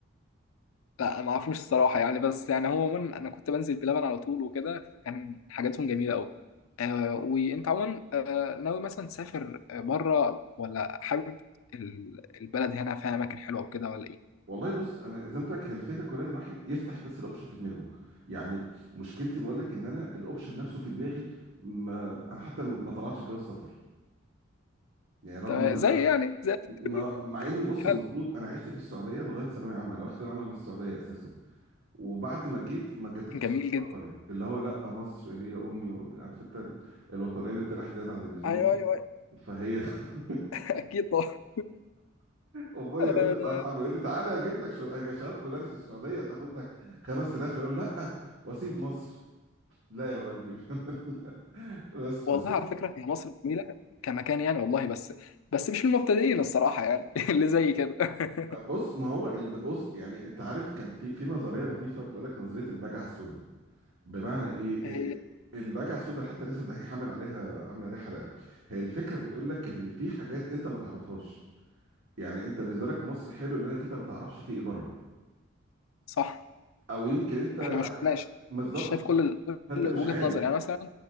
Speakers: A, on the left; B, on the right.
A: لا ما اعرفوش الصراحه يعني بس يعني هو عموما انا كنت بنزل بلبن على طول وكده فكان حاجاتهم جميله قوي آه وانت عموما آه ناوي مثلا تسافر بره ولا حابب ال- البلد هنا فيها اماكن حلوه وكده ولا ايه
B: والله بص انا زي ما قلت لك هي الفكره كلها ان الواحد يفتح بس الاوبشن في دماغه يعني مشكلتي بقول لك ان انا الاوبشن نفسه في دماغي ما انا حتى ما طلعتش جواز سفر يعني رغم
A: طب
B: ان انا
A: زي يعني زي
B: ما
A: <laughs>
B: مع اني بص
A: حلو
B: المفروض انا عشت في السعوديه لغايه ثانويه عامه انا واخد ثانويه عامه من السعوديه اساسا وبعد ما جيت ما جددتش
A: جميل
B: جواز
A: جدا
B: سفري اللي هو لا مصر هي امي و- عارف انت ال- الوطنيه اللي بتنقح زياده عن اللزوم
A: ايوه
B: دي
A: ايوه أيوة.
B: فهي <laughs>
A: <laughs> اكيد طبعا
B: ابويا
A: آه
B: يقول لي الله يرحمه يقول لي تعالى اجيب لك شو اجي اشارك مدرس في السعوديه تاخد لك 5000 يقول لا واسيب مصر لا يا والدي مش انا <laughs> اللي- بس
A: والله
B: فسيب
A: على فكره هي مصر جميله كمكان يعني والله بس بس مش للمبتدئين الصراحه يعني <laughs> اللي زي كده <laughs>
B: بص ما هو ال- بص يعني انت عارف كان في في نظريه لطيفه بتقول لك نظريه البجعه السوداء بمعنى ايه إيه-
A: هي
B: إيه؟ البجعه السوداء حتى لسه الدحيح عامل عليها عامل عليها حلقه هي الفكره بتقول لك ان في حاجات انت ما تعرفهاش يعني انت بالنسبه لك مصر حلو لانك انت ما تعرفش في ايه بره
A: صح
B: او يمكن انت عارف
A: احنا ما شفناش
B: بالظبط
A: مش شايف
B: مش هتف-
A: كل ال-
B: فانت
A: كل
B: مش
A: وجهة
B: عارف
A: نظر يعني مثلا